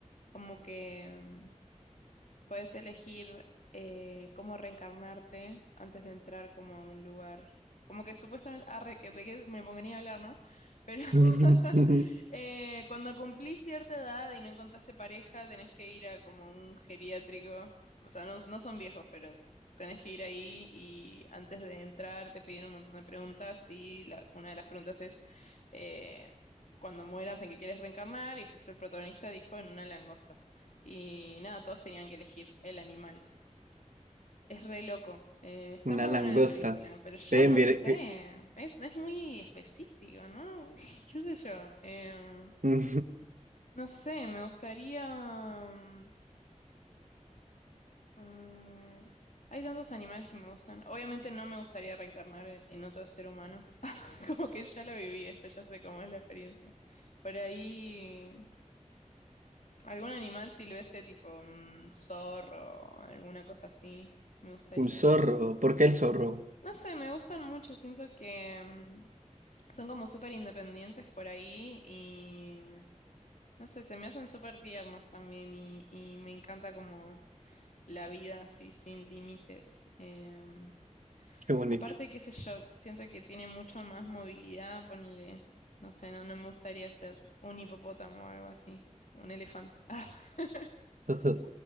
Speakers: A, on the left (about 70°); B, on the right (about 75°).
A: como que em, puedes elegir eh, cómo reencarnarte antes de entrar como a un lugar. Como que supuestamente, arre, que- de qué me pongo ni a hablar, ¿no? Pero <laughs>
B: <laughs>
A: Eh, cuando cumplís cierta edad y no encontraste pareja, tenés que ir a como un geriátrico. O sea, no, no son viejos, pero tenés que ir ahí y antes de entrar te piden un montón de preguntas y la- una de las preguntas es eh, cuando mueras en qué quieres reencarnar y justo el protagonista dijo en una langosta. Y nada, todos tenían que elegir el animal. Es re loco. Eh, está
B: Una
A: muy
B: langosta.
A: buena la película, pero yo
B: Ven,
A: no
B: mire,
A: sé.
B: fi-
A: Es, es muy específico, ¿no? <laughs> ¿Qué sé yo? Em,
B: <laughs> un
A: no sé, me gustaría... mm, mm, hay tantos animales que me gustan. Obviamente no me gustaría reencarnar en, en otro ser humano. <laughs> Como que ya lo viví esto, ya sé cómo es la experiencia. Por ahí, algún animal silvestre tipo mm, zorro, alguna cosa así, me gustaría.
B: zorro. ¿Por qué el zorro?
A: No sé, me gustan mucho, siento que mm, son como súper independientes por ahí y... No sé, se me hacen súper tiernos también y, y me encanta como la vida así sin límites. Em,
B: Qué bonito.
A: aparte, qué sé yo, siento que tiene mucho más movilidad, ponele, no sé, no, no me gustaría ser un hipopótamo o algo así, un elefante. <laughs>
B: <laughs> A